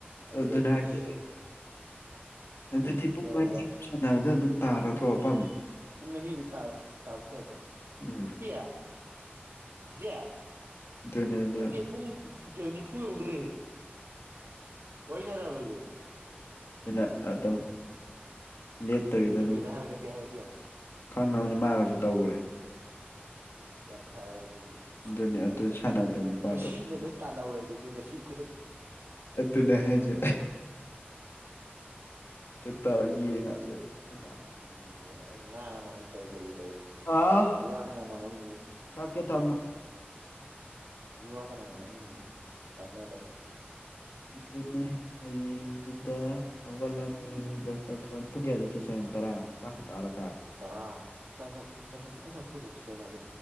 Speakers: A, on the right (about 75°); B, on the left (about 85°).
A: ꯑꯗꯨꯗꯒꯤ
B: ꯑꯗꯨꯅꯦ ꯍꯥꯏꯁꯦ ꯑꯗꯨꯗꯤ ꯄꯨꯡ
A: ꯀꯩ ꯍꯥꯏꯕ
B: ꯑꯅꯤ ꯁꯨꯝ ꯁꯥꯟꯅꯕꯗ ꯑꯗꯨꯝ ꯇꯥꯔꯗ꯭ꯔꯣ ꯄꯪ
A: ꯄꯨꯡ ꯑꯅꯤꯃꯨꯛ ꯇꯥ ꯇꯥꯕ ꯇꯥꯏꯀꯣ
B: ꯎꯝ
A: ꯆꯖꯤꯞꯇꯤꯌꯥ ꯆꯤꯆꯦ
B: ꯅꯤꯌꯥꯗ
A: ꯅꯠꯇꯦ ꯄꯨꯡ ꯅꯤꯐꯨ ꯌꯧꯗꯣꯔꯦ ꯋꯥꯔꯤ ꯁꯥꯕꯁꯦ
B: ꯩꯅ ꯑꯗꯨꯝ ꯂꯦꯞꯇꯕꯤꯗ
A: ꯆꯦ ꯕꯦꯕꯦꯗ
B: ꯑꯗꯨꯝ
A: ꯍꯥꯏꯕꯅ ꯀꯩ ꯍꯥꯏꯔꯛꯀꯦ ꯌꯦꯡꯉꯣ
B: ꯈꯪꯕꯅꯤ ꯃꯥꯉꯁꯨ ꯇꯧꯈ꯭ꯔꯦ
A: ꯑ ꯌꯥꯝ ꯐꯔꯦ ꯑꯗꯨꯗꯤ
B: ꯑꯗꯨꯅꯤ ꯑꯗꯨ
A: ꯌꯥꯝ
B: ꯁꯥꯟꯅꯕꯗ
A: ꯀꯩ
B: ꯅꯨꯄꯥꯗꯣ
A: ꯉꯁꯤꯃ ꯂꯣꯏ ꯇꯥꯜꯍꯧꯔꯁꯤꯦ ꯉꯁꯤꯪ
B: ꯑꯗꯨꯅꯦ ꯍꯥꯏꯁꯦ ꯇꯥꯎ ꯌꯦꯡꯉꯁꯦ ꯄꯩꯁꯥ
A: ꯎꯝ ꯌꯥ ꯉꯥꯡꯕ ꯅꯪ ꯀꯔꯤ ꯀꯔꯤ ꯂꯩꯔꯤ
B: ꯑꯥ
A: ꯃꯤ ꯋꯥ ꯀꯅꯥ ꯉꯥꯡꯅꯅꯤꯡꯉꯦ
B: ꯊꯥꯛꯀꯦ ꯊꯝꯃꯣ
A: ꯃꯤ ꯋꯥ ꯀꯅꯥ ꯀꯅꯣ ꯅꯤꯡꯉꯤ ꯉꯥꯡꯅꯗꯣ
B: ꯑꯗꯨꯅꯦ ꯍꯌꯦꯡꯁꯤꯗ ꯍꯧꯒꯠꯂꯅꯤ ꯕ꯭ꯔꯁ ꯇꯧꯊꯣꯛꯑꯅꯤ ꯄꯨꯡ ꯀꯌꯥꯗꯩ ꯆꯠꯁ ꯍꯥꯏ ꯅ ꯇꯔꯥ ꯆꯥꯛꯀ ꯆꯥꯔꯒ
A: ꯇꯔꯥ ꯆꯉ ꯆꯉ ꯈꯤꯇꯪ ꯆꯥꯊꯣꯛꯆꯁꯤ ꯀꯩꯅꯣꯗ